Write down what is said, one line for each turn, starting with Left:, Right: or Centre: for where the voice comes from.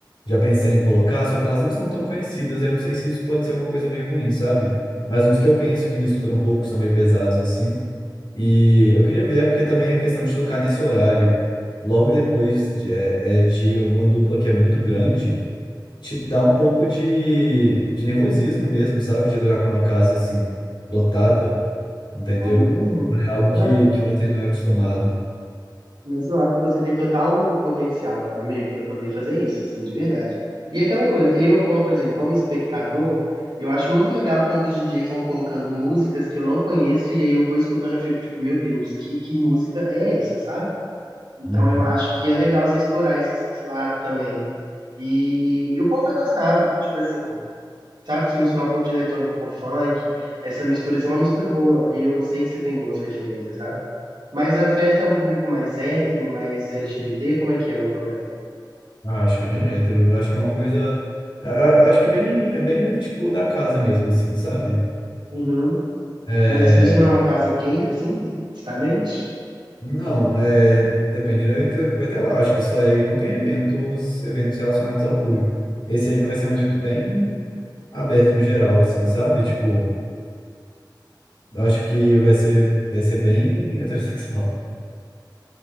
Left: já pensei em colocar, só que elas não são tão conhecidas, eu não sei se isso pode ser uma coisa meio ruim, sabe? Mas uns que eu penso que misturam um pouco, são meio pesados assim, e eu queria ver, é porque também é questão de tocar nesse horário, logo depois de, é, é de uma dupla que é muito grande, te dá um pouco de, de nervosismo mesmo, sabe? De tocar com uma casa assim lotada entendeu?
Right: Ah, imagino.
Left: É algo
Right: Mas,
Left: que,
Right: a-
Left: que você não é acostumado.
Right: mas eu acho que você tem total potencial, amigo, para poder fazer isso, assim, de verdade. E aquela coisa, eu, como, por exemplo, como espectador, eu acho muito legal quando os DJs vão colocando músicas que eu não conheço e aí eu vou escutando e fico tipo, meu Deus, que, que música é essa, sabe? Então
Left: Uhum.
Right: eu acho que é legal você explorar esse, esse lado também. E, e o povo vai gostar, tipo assim, sabe? Você misturar um pouco de eletrônico com funk, essa mistura, isso é uma mistura boa. E eu sei que você tem boas referências, sabe? Mas a festa é um público mais hétero, mais LGBT, como é que é o rolê?
Left: Ah, acho que é bem hétero. Eu acho que é uma coisa. Eu eu acho que é bem, é bem o tipo da casa mesmo, assim, sabe?
Right: Uhum.
Left: É,
Right: Mas isso não é uma casa gay, assim, justamente?
Left: não, é, depende do evento, vai ter lá, acho que só é quando tem eventos, eventos relacionados ao público. Esse aí
Right: Entendi.
Left: vai ser um evento bem aberto no geral, assim, sabe? Tipo, eu acho que vai ser, vai ser bem heterossexual.